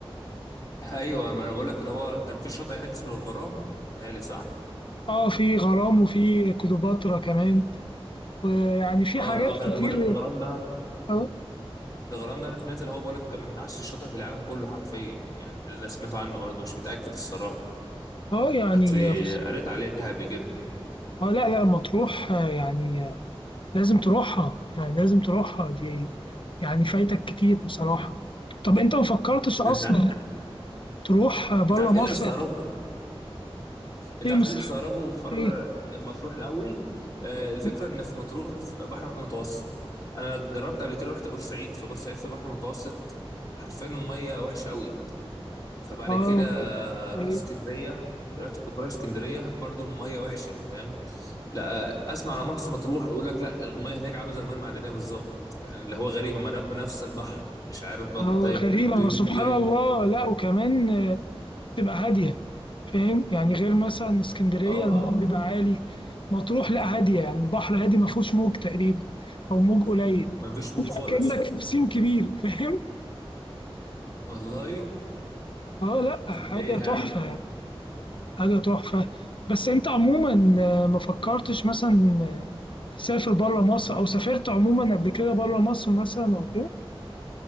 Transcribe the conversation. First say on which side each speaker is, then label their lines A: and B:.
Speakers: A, on the left; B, on the left.
A: ايوه ما انا بقول لك اللي هو كان في شاطئ هناك اسمه الغرام بتهيألي صح؟
B: أه في غرام وفي كليوباترا كمان ويعني في
A: اه
B: حاجات
A: اه كان
B: كتير
A: بقول لك الغرام ده
B: اه
A: الغرام ده انا سمعت اللي هو بقول لك كان من احسن الشاطئ في العالم كله حرفيا يعني ده اللي سمعته عنه برضه مش متاكد الصراحه
B: اه يعني
A: كانت في...
B: بس
A: قريت عليها قبل كده
B: اه لا لا مطروح آه، يعني آه، لازم تروحها يعني لازم تروحها دي يعني فايتك كتير بصراحة طب انت ما فكرتش اصلا
A: ده انت عارف
B: تروح بره
A: انت عارف ايه
B: مصر
A: اللي مستغربه انت
B: ايه
A: عارف
B: مصر
A: ايه اللي بيستغربه في حر
B: ايه
A: مطروح الاول آه، الفكره
B: إيه؟
A: ان في مطروح في بحر متوسط انا جربت قبل كده رحت بورسعيد فبورسعيد في بحر متوسط حرفيا الميه وحشه قوي فبعد
B: اه
A: كده رحت
B: إيه؟
A: اسكندريه رحت كنت بروح اسكندريه برضو الميه وحشه فاهم لا اسمع على مرسى مطروح يقول لك لا الميه هناك عامله زي الميه المعدنيه بالظبط يعني اللي هو غريبه ما ده نفس البحر مش عارف بقى
B: اه
A: طيب
B: غريبة
A: دي
B: ما
A: دي
B: سبحان
A: دي
B: الله لا وكمان آه، تبقى هادية فاهم يعني غير مثلا اسكندرية
A: اه
B: الموج بيبقى عالي مطروح لا هادية يعني البحر هادي ما فيهوش موج تقريبا او موج قليل
A: ما فيش موج خالص
B: كأنك في بسين كبير فاهم؟
A: والله <laughs>
B: اه لا حاجة
A: ده ايه ده
B: تحفة
A: يا عم
B: يعني حاجة تحفة بس انت عموما آه، ما فكرتش مثلا آه، تسافر بره مصر او سافرت عموما قبل كده بره مصر مثلا او كده؟